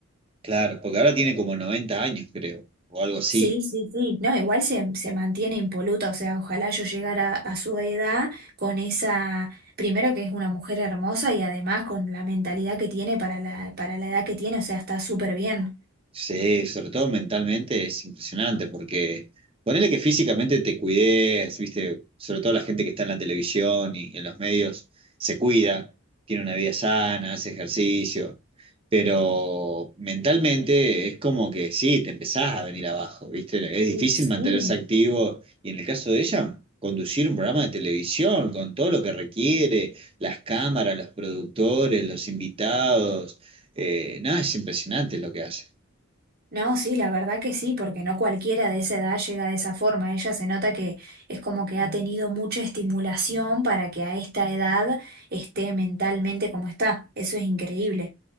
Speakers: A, on the right (about 25°); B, on the right (about 45°).
A: Claro, porque ahora tiene como 90 años, creo, o algo así.
B: Sí, sí, sí, no, igual se, se mantiene impoluta, o sea, ojalá yo llegara a su edad con esa, primero que es una mujer hermosa y además con la mentalidad que tiene para la, para la edad que tiene, o sea, está súper bien.
A: Sí, sobre todo mentalmente es impresionante porque ponele que físicamente te cuides, viste, sobre todo la gente que está en la televisión y en los medios se cuida, tiene una vida sana, hace ejercicio, pero mentalmente es como que sí, te empezás a venir abajo, viste, es
B: Sí,
A: difícil
B: sí.
A: mantenerse activo y en el caso de ella, conducir un programa de televisión con todo lo que requiere, las cámaras, los productores, los invitados, eh, nada, es impresionante lo que hace.
B: No, sí, la verdad que sí, porque no cualquiera de esa edad llega de esa forma. Ella se nota que es como que ha tenido mucha estimulación para que a esta edad esté mentalmente como está. Eso es increíble.